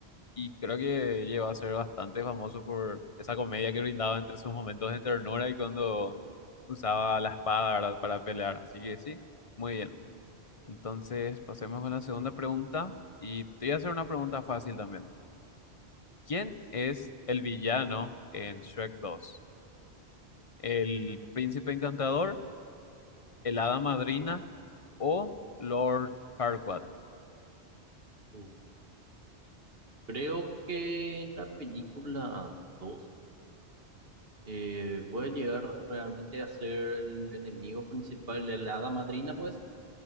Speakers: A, on the left; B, on the right.
A: y creo que llegó a ser bastante famoso por esa comedia que brindaba entre sus momentos de ternura y cuando usaba la espada, ¿verdad? Para pelear, así que sí, muy bien. Entonces, pasemos con la segunda pregunta y te voy a hacer una pregunta fácil también. ¿Quién es el villano en Shrek 2? ¿El príncipe encantador, el hada madrina o Lord Farquaad?
B: Uh, creo que en la película 2 eh, puede llegar realmente a ser el enemigo principal de la hada madrina, pues.